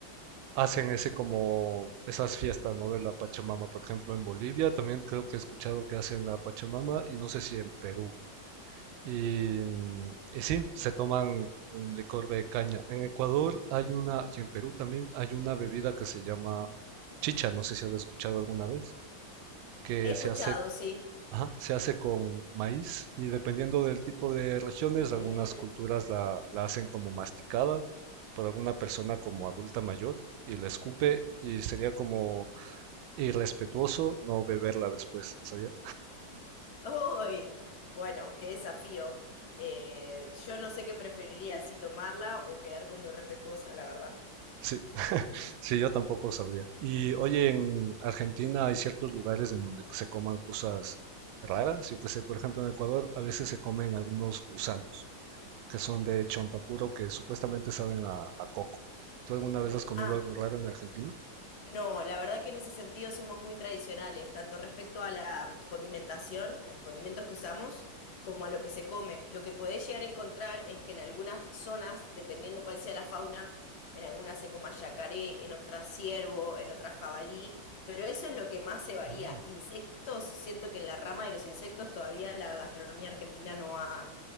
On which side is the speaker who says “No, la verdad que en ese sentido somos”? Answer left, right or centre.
Left